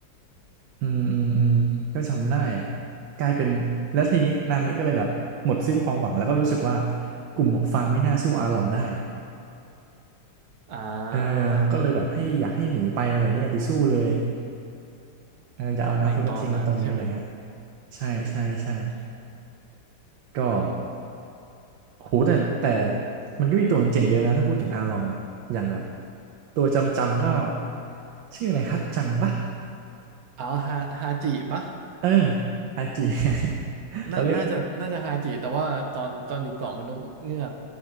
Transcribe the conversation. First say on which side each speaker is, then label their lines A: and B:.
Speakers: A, on the right; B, on the right.
A: อืมอืมอืมก็จำได้กลายเป็นแล้วทีนี้นามิก็เลยแบบหมดสิ้นความหวังแล้วก็รู้สึกว่ากลุ่มหมวกฟางไม่น่าสู้อาหลองได้อะ
B: อ่า
A: เออก็เลยแบบให้อยากให้หนีไปอะไรเงี้ยอย่าไปสู้เลย เอออย่าเอาอนาคตมาทิ้งไว้ตรงนี้อะไรเงี้ย
B: ในตอนนั้นใช่ไหม
A: ใช่ใช่ใช่ก็โหแต่แต่มันก็มีตัวเจ๋งๆเยอะนะถ้าพูดถึงอาลองอะอย่างแบบตัวจำจำก็ชื่ออะไรฮัตจังปะ
B: อ๋อฮาฮาจิปะ
A: เอออาจี <laughs> เขาเรียก
B: น่าน่าจะน่าจะฮาจิแต่ว่าตอนตอนอยู่เกาะมนุษย์เงือก